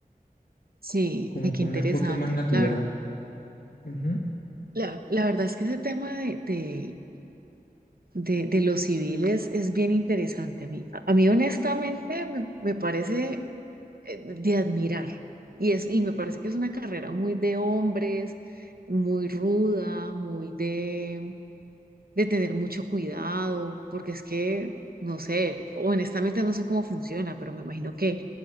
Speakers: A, on the right (about 75°); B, on the left (about 70°).
A: Sí,
B: como
A: y qué
B: con
A: interesante.
B: un enfoque más natural.
A: La verdad,
B: Ujú.
A: la, la verdad es que ese tema de, de, de, de los civiles es bien interesante a mí. A a mí honestamente me, me parece eh, de admirar. Y, es, y me parece que es una carrera muy de hombres, muy ruda, muy de, de tener mucho cuidado, porque es que, no sé, honestamente no sé cómo funciona, pero me imagino que